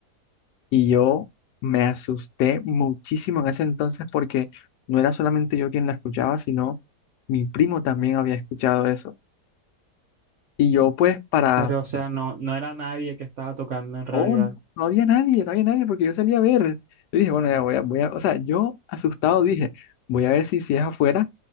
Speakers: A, on the left; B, on the right.
A: Y yo me asusté muchísimo en ese entonces porque no era solamente yo quien la escuchaba, sino mi primo también había escuchado eso. Y yo pues para
B: Pero, o sea, no, no era nadie que estaba tocando en realidad.
A: Oh, no, no había nadie, no había nadie porque yo salí a ver. Yo dije, bueno, ya voy a, voy a, o sea, yo asustado dije, voy a ver si, si es afuera,